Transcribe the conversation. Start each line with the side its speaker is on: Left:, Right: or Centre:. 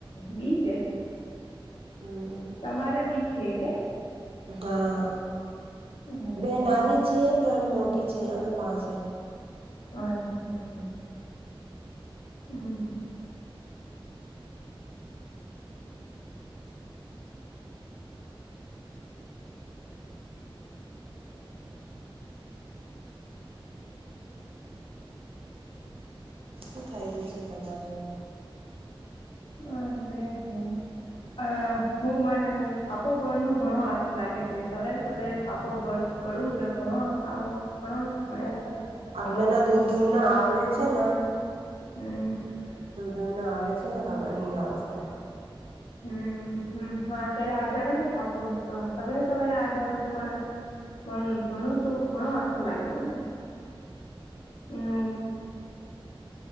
Left: બીજે.
Right: હમ
Left: તમારે બી છે કે.
Right: હા
Left: અચ્છા અચ્છા
Right: બે નાની
Left: અચ્છા.
Right: છે. ત્રણ મોટી છે અને પાંચ હે.
Left: <unintelligible> <inaudible>
Right: શું થાય રહ્યું છે. તમારે ઓર
Left: હ બળિયા છે. અ હું મારેરૂ છાપો પડનો ઘણો આચો લાગે છે. સવારે સવારે છાપો પડ પડવું તો ઘણો આવ ઘણો બડ્યા લાગે. છે
Right: આટલે
Left: ભણવા
Right: ના દૂર દૂર ના આવલે છે ને.
Left: હમ
Right: દૂર દૂરના આવલે છે. હવાર ની આસપાસ
Left: હમ. હ હા ઘરે આ જાવેને છાપો સવેરે સવેરે આ જાવે તો પણ પણ ભણો તો ઘણો આછો લાગ્યો મને.
Right: હ
Left: <unintelligible>